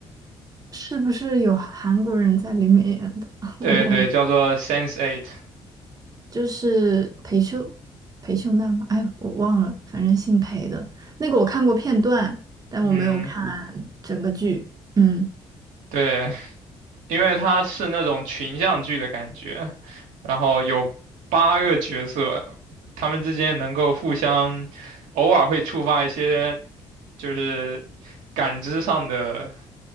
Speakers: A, on the right; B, on the right.
A: 是不是有韩国人在里面演的？<laughs>
B: 对对，
A: 我我
B: 叫做《Sense Eight》。
A: 就是裴秀裴秀娜吗？哎，我忘了，反正姓裴的那个我看过片段，但我没有看整个剧。
B: 嗯，
A: 嗯
B: 对，因为它是那种群像剧的感觉，然后有八个角色，他们之间能够互相，偶尔会触发一些就是感知上的